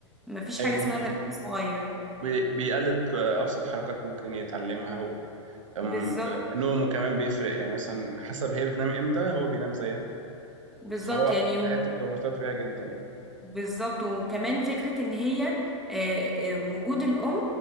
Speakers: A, in the centre; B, on the right (about 80°).
A: مفيش
B: أيوة
A: حاجة
B: دي
A: اسمها
B: حقيقة.
A: ده لسه صغير
B: بي- بيقلد آه، ابسط حركات ممكن يتعلمها و أم-
A: بالظبط
B: آه، نومه كمان بيفرق يعني مثلا حسب هي بتنام امتى هو بينام زيها
A: بالظبط
B: فهو
A: يعني
B: حياته بتبقى مرتبطه بيها جدا يعني
A: بالظبط وكمان فكرة ان هي آه، آه، وجود الأم